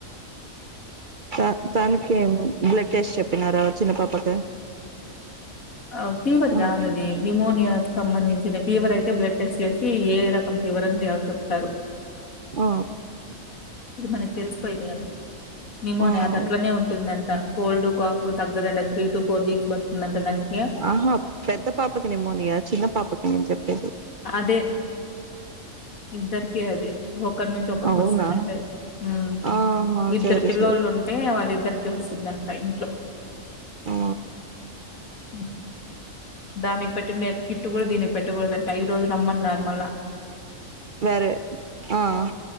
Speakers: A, on the right (about 45°); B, on the left (about 80°).
A: తా తానికి బ్లడ్ టెస్ట్ చెప్పినారా చిన్న పాపకి
B: అ తీవ్ర జాది
A: ఆ
B: నిమోనియా సంబంధించిన ఫీవర్ అయితే బ్లడ్ టెస్ట్ చేసి ఏ రకం ఫీవర్ అని ద్య చెప్తారు
A: ఆ
B: ఇది మనకి తెలిసిపోయింది కదా నిమోనియా
A: ఆ
B: అద్ అట్లనే ఉంటుందంట కోల్డ్ కాఫ్ తగ్గదంట త్రీ టు ఫోర్ వీక్స్ పడుతుందంట దానికి
A: ఆహా పెద్ద పాపకి నిమోనియా చిన్న పాపకి నేన్ చెప్పేది
B: అదే ఇద్దరికి అదే ఒకరి నుంచి ఒకరికి
A: అవునా
B: వస్తుందంట ఉమ్
A: ఆహా
B: ఇద్దరు
A: సరే
B: పిల్లొల్ఉంటే
A: సరే
B: వాళ్ళిద్దరికి వస్తుందంట ఇంట్లో
A: ఆ
B: మ్ దానిక్ పట్టిండే కిట్టు కూడా దీనిక్ పేట్ట గుడద్ కై రోజ్ రమ్మన్నార్ మల్ల
A: త్వరే ఆ ఆ